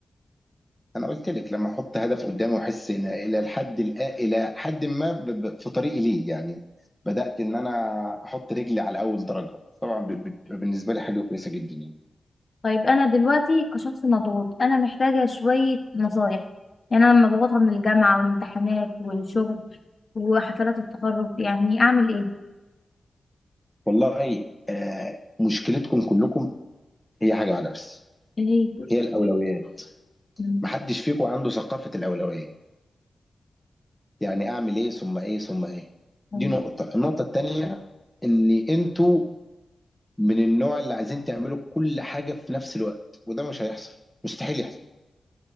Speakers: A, in the centre; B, on the left (about 40°).
A: انا قلت لك لما احط هدف قدامي واحس ان الى الحد الآ الى حد ما ب... ب... في طريقي ليه يعني بدات ان انا احط رجلي على اول درجه طبعا ب... ب... بالنسبه لي حاجه كويسه جدا يعني
B: طيب انا دلوقتي كشخص مضغوط انا محتاجه شويه نصايح يعني انا مضغوطه من الجامعه والامتحانات والشغل وحفلات التخرج يعني اعمل ايه
A: والله آه مشكلتكم كلكم هي حاجه واحده بس
B: ايه
A: هي الاولويات
B: مم.
A: محدش فيكم عنده ثقافه الاولويات يعني اعمل ايه ثم ايه ثم ايه
B: مم.
A: دي نقطة النقطة التانية ان انتوا من النوع اللي عايزين تعملوا كل حاجة في نفس الوقت وده مش هيحصل مستحيل يحصل